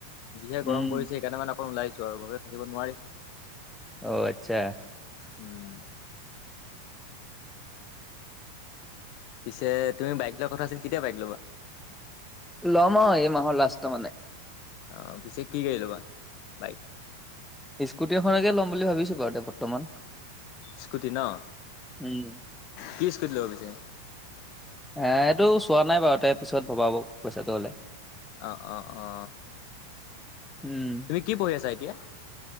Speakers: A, on the left; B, in the centre.
A: যিহে
B: উম
A: গৰম পৰিছে, সেইকাণে মানে অকণ ওলাইছো আৰু ঘৰত থাকিব নোৱাৰি।
B: অ, আচ্ছা।
A: উম। পিছে তুমি বাইক লোৱা কথা আছিল, কেতিয়া বাইক ল'বা?
B: লম আৱ এই মাহৰ লাষ্ট মানে।
A: অ, পিছে কি গাড়ী ল'বা, বাইক?
B: স্কুটি এখনকে ল'ম বুলি ভাবিছো বাৰুতে বৰ্তমান।
A: স্কুটি ন?
B: উম
A: কি স্কুটি ল'ব পিছে?
B: এ এইটো চোৱা নাই বাওতে। পিছত ভবাব পইচাটো হ'লে।
A: অ অ অ।
B: উম
A: তুমি কি পঢ়ি আছা এতিয়া?